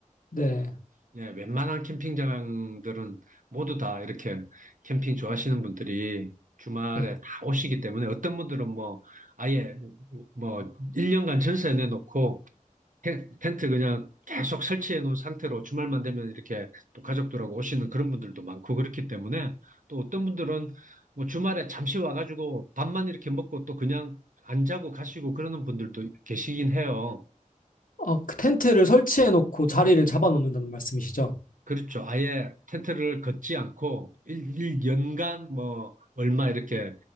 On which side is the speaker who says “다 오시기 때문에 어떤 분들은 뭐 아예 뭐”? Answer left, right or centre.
Right